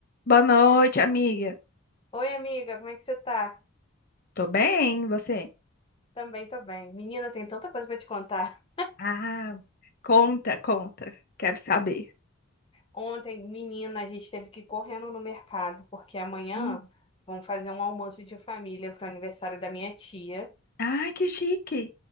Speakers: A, on the left (about 45°); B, on the left (about 25°).
A: Boa noite, amiga.
B: Oi, amiga, como é que você tá?
A: Tô bem, e você?
B: Também tô bem. Menina, tem tanta coisa pra te contar.
A: Ah, conta, conta. Quero saber.
B: Ontem, menina, a gente teve que ir correndo no mercado, porque amanhã
A: Hum.
B: vão fazer um almoço de família pro aniversário da minha tia.
A: Ai, que chique.